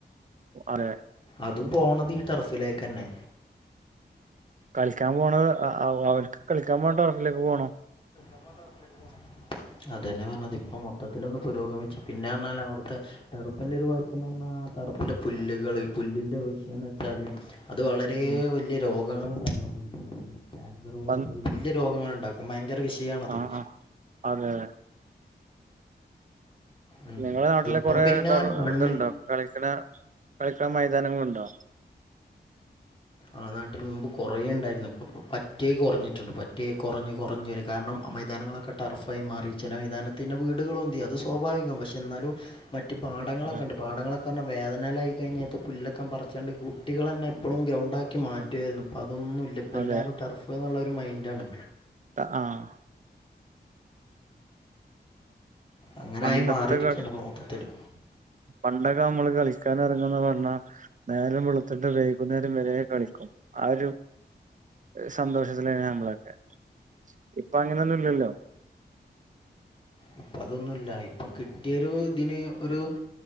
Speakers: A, on the right; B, on the left.
A: അതെ
B: അതും പോണത് ഈ ടർഫിലേക്കന്നെ.
A: കളിക്കാൻ പോണത് അവർക്ക് കളിക്കാൻ പോണ ടർഫിലേക്ക് പോണം.
B: <unintelligible> അതന്നെ പറഞ്ഞത് ഇപ്പ മൊത്തത്തിലൊന്ന് പുരോഗമിച്ച് പിന്നെ അമ്മേലവിടുത്തെ. ടർഫിന്റെ ഒരു കുഴപ്പം എന്ന് പറഞ്ഞാ ടർഫില് പുല്ലുകള് പുല്ലിന്റെ വിഷയം എന്ന് വെച്ചാല്. അത് വളരെ
A: ഉം
B: വലിയ രോഗങ്ങൾ ഉണ്ടാക്കണ പുല്ലുകള ഈ ക്യാൻസർ പോലത്തെ
A: പന്ത്
B: വലിയ രോഗങ്ങൾ ഉണ്ടാ ഭയങ്കര വിഷയാണത്.
A: ആഹ് ആഹ് അതെ.
B: ഉം.
A: നിങ്ങളെ നാട്ടില്
B: ഇപ്പം
A: കൊറെ
B: പിന്നെ
A: ടർ
B: മണ്ണിൻ
A: ഇതുണ്ടോ കളിക്കണ കളിക്കണ മൈതാനങ്ങളൊണ്ടോ.
B: ആ നാട്ടിൽ മുമ്പ് കൊറേ ഉണ്ടായിരുന്നു ഇപ്പൊ പറ്റേ കുറഞ്ഞിട്ടുണ്ട്. പ റ്റെ കുറഞ്ഞു കുറഞ്ഞു വരും കാരണം
A: ഉം
B: മൈതാനങ്ങളൊക്കെ. ടർഫായി മാറി ചില മൈതാനത്തിന്നെ വീടുകള് പൊന്തി അത് സ്വാഭാവികം പക്ഷെ എന്നാലും മറ്റ് പാടങ്ങളൊക്കെ
A: ആഹ്
B: ണ്ട് പാടങ്ങളൊക്ക് കാരണം വേദനലായി കഴിഞ്ഞാ കത്ത് പുല്ലൊക്കെ പറിച്ചാണ്ട് കുട്ടികള് തന്നെ എപ്പളും ഗ്രൗണ്ട് ഉണ്ടാക്കി മാറ്റുവായിരുന്നു
A: ആഹ്
B: ഇപ്പ അതൊന്നും ഇല്ല ഇപ്പ
A: അതെ
B: എല്ലാവരും ടർഫ് എന്നുള്ള ഒരു മൈൻഡാണ്
A: ത ആഹ്
B: അങ്ങനായി
A: പണ്ടത്തെ
B: മാറിയിരിക്കുകയാണ്
A: കളി
B: ഇപ്പൊ മൊത്തത്തില്
A: പണ്ടൊക്കെ നമ്മള് കളിക്കാൻ എറങ്ങന്ന് പറഞ്ഞാ നേരം വെള്ത്തിട്ട് വൈകുന്നേരം വരേ കളിക്കും ആ ഒരു സന്തോഷത്തിലാ നമ്മളൊക്കെ ഇപ്പൊ അങ്ങനെയൊന്നുംല്ലല്ലോ
B: ഇപ്പൊ അതൊന്നുംല്ല ഇപ്പൊ കിട്ടിയ ഒരു ഇതിന് ഒരു